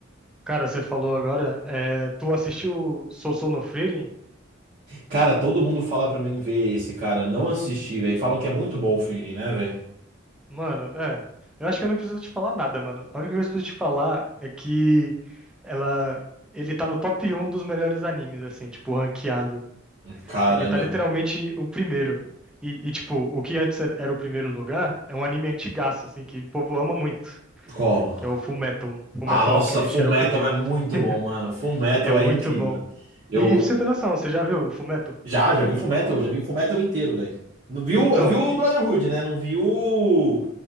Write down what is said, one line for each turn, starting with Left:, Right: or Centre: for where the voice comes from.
Centre: Cara, você falou agora, é, tu assistiu Sousou no Frieren?
Right: Cara, todo mundo fala pra mim ver esse cara. Eu Não assisti, velho. Falam que é muito bom o Frieren, né, velho?
Centre: Mano, é. Eu acho que eu não preciso te falar nada, mano. A única coisa que eu preciso te falar é que ela, ele tá no top um dos melhores animes, assim, tipo, ranqueado.
Right: Caramba.
Centre: Ele tá literalmente o primeiro. E, e, tipo, o que antes era era o primeiro lugar é um anime antigaço, assim, que o povo ama muito,
Right: Qual?
Centre: que é o Fullmetal. Fullmetal
Right: Ah, nossa,
Centre: Alchemist
Right: Full
Centre: era
Right: Metal
Centre: o primeiro.
Right: é muito
Centre: <laughs>
Right: bom, mano. Full Metal
Centre: É muito
Right: é incrível,
Centre: bom.
Right: velho. Eu
Centre: E, e pra você ter noção, você já viu o Fullmetal?
Right: já, já vi Full Metal, já vi Full Metal inteiro, velho. Não viu,
Centre: Então,
Right: eu vi o
Centre: e-
Right: Brotherhood, né? Não vi o